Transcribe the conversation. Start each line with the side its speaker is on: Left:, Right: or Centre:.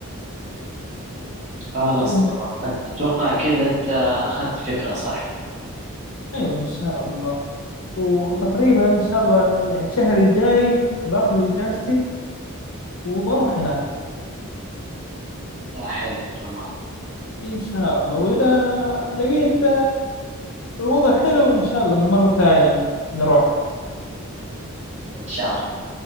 Right: خلاص
Left: بالدعم
Right: تمام
Left: إن شاء
Right: أت-
Left: الله
Right: أتوقع كذا أنت أخذت فكرة صح؟
Left: أيوة إن شاء الله وتقريبا إن شاء الله يعني الشهر الجاي باخذ إجازتي وبروح هناك
Right: لا حلو تمام
Left: إن شاء الله وإذا لقيت الوضع حلو إن شاء الله مرة ثانية نروح
Right: إن شاء الله